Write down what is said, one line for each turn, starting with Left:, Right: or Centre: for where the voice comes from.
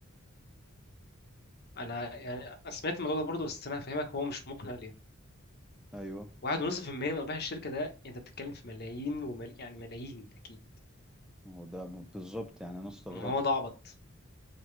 Left: <laughs> انا يعني أنا سمعت الموضوع ده برضه بس انا هفهمك هو مش مقنع ليه
Centre: ايوه
Left: واحد ونص في المية من أرباح الشركة ده أنت بتتكلم في ملايين ومل... يعني ملايين أكيد
Centre: ما هو ده بالظبط يعني انا استغربت
Left: ما هو ده عبط